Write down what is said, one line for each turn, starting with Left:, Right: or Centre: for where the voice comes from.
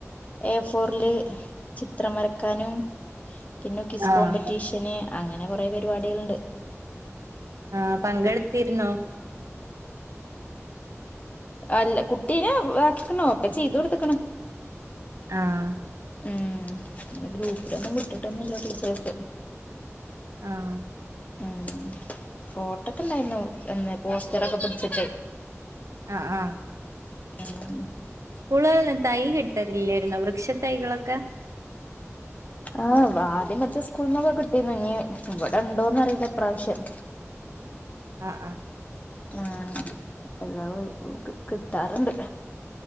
Left: എ ഫോർല് ചിത്രം വരക്കാനും പിന്നെ ക്വിസ് കോമ്പറ്റീഷന്
Right: ആ
Left: അങ്ങനെ കൊറെ പരിപാടികൾണ്ട്
Right: ആഹ് പങ്കെടുത്തിര്ന്നോ
Left: അല്ല കുട്ടീനെ ആക്കിക്ക്ണോ ഒക്കെ ചീതൊട്ത്ത്ക്ക്ണ്
Right: ആഹ്
Left: മ് പിന്നെ ഗ്രൂപ്പിലൊന്നും വിട്ടിട്ടൊന്നുല്ല ടീച്ചേഴ്സ്
Right: ആഹ്
Left: ആഹ് ആഹ് ഫോട്ടക്കെണ്ടായ്ന്നു എന്ന് പോസ്റ്ററൊക്കെ പുടിച്ചിട്ട്
Right: ആഹ് ആഹ്
Left: ഉം
Right: കൂൾളേൾന്നും തൈരിട്ടലില്ലേര്ന്നോ വൃക്ഷ തൈകളൊക്കെ
Left: ആഹ് ആദ്യം പച്ച സ്കൂള്ന്നൊക്കെ കിട്ടീന്നു ഇഞ് ഇവടെണ്ടോന്ന് അറിയില്ല ഇപ്രാവശ്യം
Right: ആഹ് ആഹ്
Left: ആഹ് എല്ലാ വ കി കിട്ടാറ്ണ്ട്